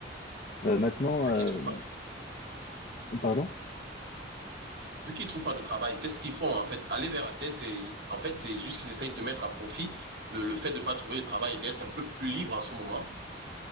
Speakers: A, on the left; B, on the right.
A: Euh, maintenant,
B: Vu
A: euh,
B: qu'ils trouvent pas
A: pardon?
B: vu qu'ils ne trouvent pas de travail, qu'est-ce qu'ils font en fait Aller vers la terre, c'est en fait, c'est juste qu'ils essayent de mettre à profit le, le fait de ne pas trouver de travail et d'être un peu plus libre en ce moment.